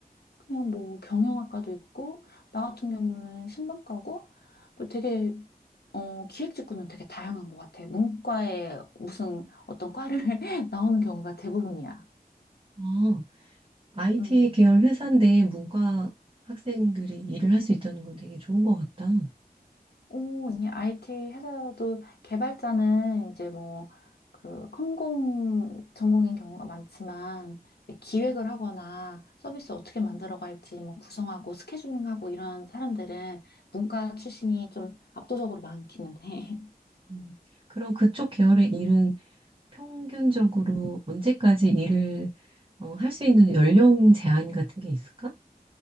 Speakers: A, on the left; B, on the right.
A: 그냥 뭐 경영학과도 있고 나 같은 경우는 신문과고 뭐 되게 어 기획 직군은 되게 다양한 것 같아. 문과에 무슨 어떤 과를 <laughs> 나오는 경우가 대부분이야.
B: 음. IT
A: 음.
B: 계열 회사인데 문과 학생들이 일을 할 수 있다는 건 되게 좋은 것 같다.
A: 오, 이제 IT 회사도 개발자는 이제 뭐 그 컴공 전공인 경우가 많지만 기획을 하거나 서비스 어떻게 만들어갈지 뭐 구성하고 스케줄링하고 이런 사람들은 문과 출신이 좀 압도적으로 많기는 해.
B: 음, 그럼 그쪽 계열의 일은 평균적으로
A: <laughs>
B: 언제까지 일을 어, 할수 있는 연령 제한 같은 게 있을까?